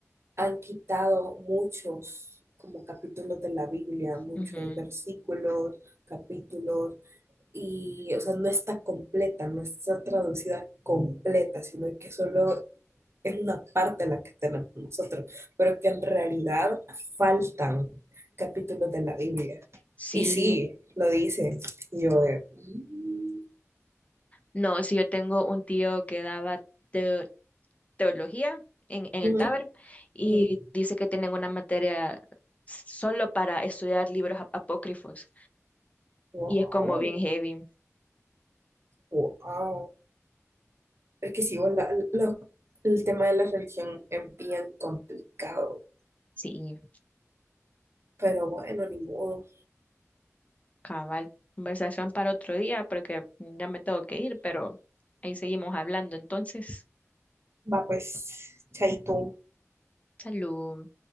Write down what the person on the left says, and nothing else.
Ujú.
Sí,
no, sí, yo tengo un tío que daba teo- teología en, en
el Taber y
dice que tienen una materia solo para estudiar libros ap- apócrifos.
Y es como bien heavy.
Sí,
cabal. Conversación para otro día porque ya me tengo que ir, pero ahí seguimos hablando. Entonces,
salud.